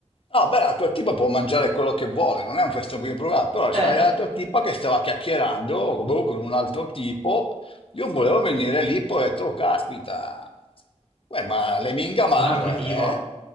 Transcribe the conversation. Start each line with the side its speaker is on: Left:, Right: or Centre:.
Left: No, beh, la tua tipa può mangiare quello che vuole, non è un questo qui problema, però c'era
Right: Eh,
Left: la tua tipa che stava chiacchierando boh, con un altro tipo io volevo venire lì, poi ho detto, "Oh, caspita, uè, ma le minga Manuel,
Right: con un altro tipo.
Left: eh?